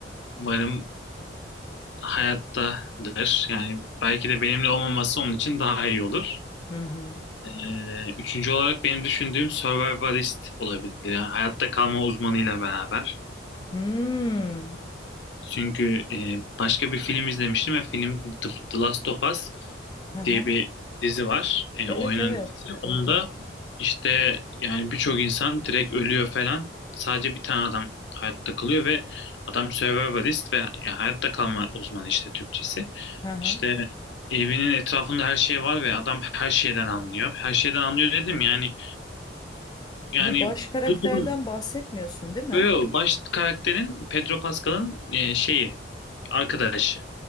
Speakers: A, on the left; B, on the left.
A: umarım hayattadır. Yani belki de benimle olmaması onun için daha iyi olur.
B: Hı hı.
A: Ee, üçüncü olarak benim düşündüğüm survivalist olabilir. Yani hayatta kalma uzmanıyla beraber.
B: Hmm.
A: Çünkü e, başka bir film izlemiştim ve film The The Last of Us.
B: Hı hı.
A: diye bir dizi var. E,
B: Evet
A: oyunun
B: evet
A: dizisi.
B: duydum.
A: Onda işte yani birçok insan direkt ölüyor falan. Sadece bir tane adam hayatta kalıyor ve adam survivalist ve ya hayatta kalma uzmanı işte Türkçesi.
B: Hı hı.
A: İşte evinin etrafında her şey var ve adam her şeyden anlıyor. Her şeyden anlıyor dedim yani yani
B: Bu baş karakterden
A: bu durum
B: bahsetmiyorsun değil mi?
A: böyle yo, baş karakterin Pedro Pascal'ın e, şeyi arkadaşı.